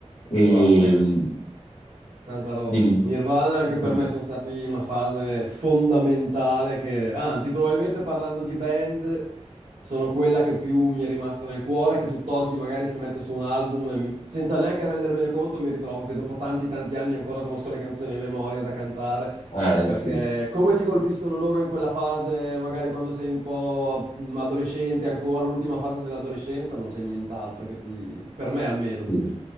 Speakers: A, on the left; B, on the right.
A: E,
B: Wow, eh.
A: mm,
B: Tanta roba.
A: dimmi,
B: I Nirvana anche
A: sì,
B: per me sono stati una fase fondamentale che, anzi, probabilmente parlando di band, sono quella che più mi è rimasta nel cuore, che tutt'oggi magari se metto su un album, m- senza neanche rendermene conto, mi ritrovo che dopo tanti tanti anni ancora conosco le canzoni a memoria da cantare,
A: eh,
B: perché
A: sì,
B: come ti colpiscono loro in quella fase, magari quando sei un po' mm, adolescente ancora, l'ultima fase dell'adolescenza, non c'è nient'altro che ti, per me almeno,
A: sì,